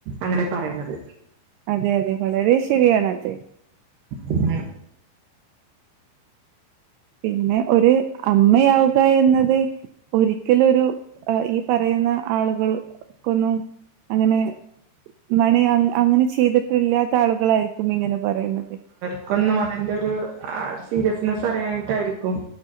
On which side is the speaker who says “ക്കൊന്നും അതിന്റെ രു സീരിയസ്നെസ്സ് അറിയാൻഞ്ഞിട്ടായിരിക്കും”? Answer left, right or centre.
Right